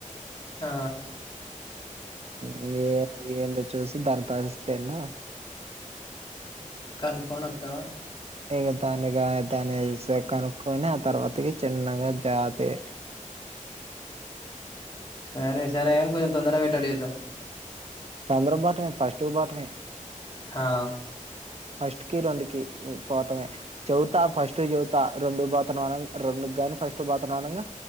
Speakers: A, on the left; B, on the right.
A: ఆ
B: ఉమ్ ఏ ఏందో చూసి దాని పరిస్థితిదేందో
A: కనుకొని వత్తవా
B: ఇక దానిగా దాని సే కనుక్కకోని ఆ తర్వాతకి చిన్నగా జాతి
A: సరే సరే కానీ కొంచం తొందరాగ పెట్టేలా చూద్దాం
B: తొందర బోటమే ఫస్ట్ బాటమే
A: హా
B: ఫస్ట్ కి రెండు కి పోటమే చవితా ఫస్ట్ చవితా రెండు పోతాన్నా రెండు గాని ఫస్ట్ పోతనిగా